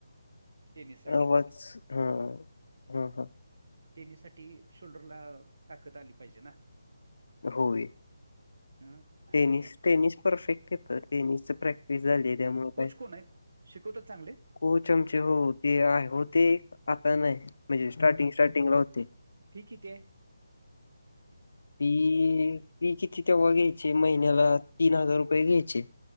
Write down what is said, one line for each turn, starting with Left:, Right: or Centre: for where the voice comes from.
Right: टेनिससाठी
Left: आवाच हा हा हा
Right: तेनीसाठी शोल्डरला ताकद आली पाहिजे ना
Left: होय
Right: अ आणि
Left: टेनिस टेनिस परफेक्ट येतं टेनिसच प्रॅक्टिस झाली त्यामुळे
Right: कोच
Left: काय
Right: कोण आहेत शिकवतात चांगले
Left: को चमचे हो ते आहे होते आता नाही म्हणजे स्टार्टिंग स्टार्टिंगला होते
Right: फी किती हाय
Left: फी फी किती तेव्हा घ्यायचे महिन्याला तीन हजार रुपये घ्यायचे